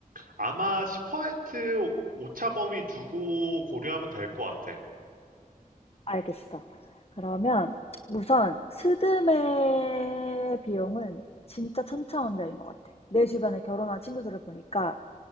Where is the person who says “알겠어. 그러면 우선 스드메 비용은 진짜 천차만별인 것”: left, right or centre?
Left